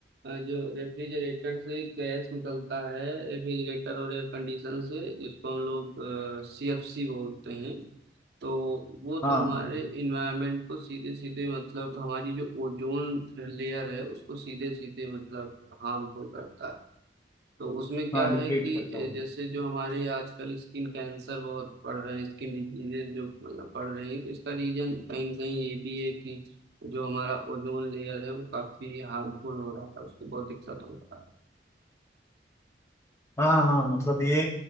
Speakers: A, on the right; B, on the left.
A: अ, जो रेफ्रिजरेटर से गैस निकलता है रेफ्रिजरेटर और एयर कंडीशन से जिसको हम लोग सीएफसी बोलते हैं तो वो
B: हाँ
A: तो हमारे इन्वायरमेंट को सीधे सीधे मतलब हमारी जो ओजोन लेयर है उसको सीधे सीधे मतलब हार्मफुल करता है तो उसमें क्या
B: हाँ डिप्लीट
A: है कि
B: करता
A: ए,
B: है
A: जैसे जो हमारे आजकल स्किन कैंसर बहुत बढ़ रहे हैं स्किन डिजीजेज जो मतलब बढ़ रही हैं तो इसका रीजन कहीं ना कहीं ये भी है कि जो हमारा ओजोन लेयर है वो काफी हार्मफुल हो रहा है उसको बहुत दिक्कत हो रहा है
B: हाँ हाँ मतलब ये